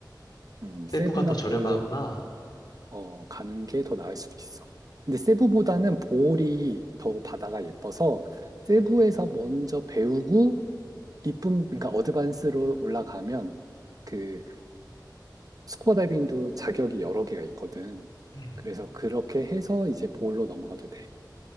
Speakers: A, on the right; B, on the left.
A: 음,
B: 세부가
A: 세부나
B: 더 저렴하구나.
A: 보홀로 어, 가는 게 더 나을 수도 있어. 근데 세부보다는 보홀이 더 바다가 예뻐서 세부에서 먼저 배우고 이쁨, 그러니까 어드밴스로 올라가면 그 스쿠버 다이빙도 자격이 여러 개가 있거든.
B: 음.
A: 그래서 그렇게 해서 이제 보홀로 넘어가도 돼.